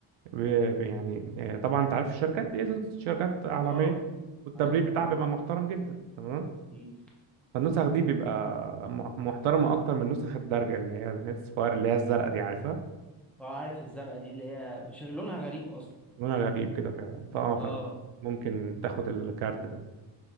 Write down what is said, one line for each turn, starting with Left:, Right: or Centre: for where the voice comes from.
Right: ب- ب- يعني آه، طبعا انت عارف الشركات اسوس شركات عالميه
Centre: اه
Right: والتبريد
Centre: عارفها
Right: بتاعها
Centre: طبعا
Right: بيبقى محترم جدا تمام
Centre: مم.
Right: فالنسخ دي بيبقى مح- محترمه اكتر من نسخ الدرجه اللي هي النتس فاير اللي هي الزرقاء دي عارفها
Centre: اه عارف الزرقاء دي اللي هي بشكل لونها غريب اصلا
Right: لونها غريب كده فعلا فاه
Centre: اه
Right: فانا ممكن تاخد الكارت ده